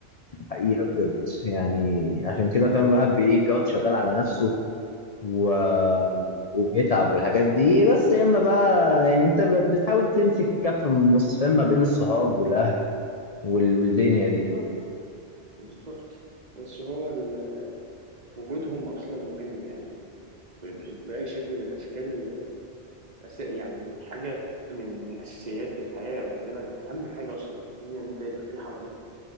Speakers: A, on the left; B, on the right.
A: حقيقة بجد يعني عشان كده فاهم الواحد بي- بيقعد شغال على نفسه و... وبيتعب والحاجات دي بس يا اما بقى يعني انت ب- بتحاول تمسك كفة من النص فاهم ما بين الصحاب والاهل وال... والدنيا دي
B: بالظبط بالظبط بس هو ال- وجودهم اصلا مهم يعني في- باي شكل من الاشكال أس- يعني حاجه من من اساسيات الحياه او تقريبا اهم حاجه اصلا في الدنيا ان انت يبقى في حواليك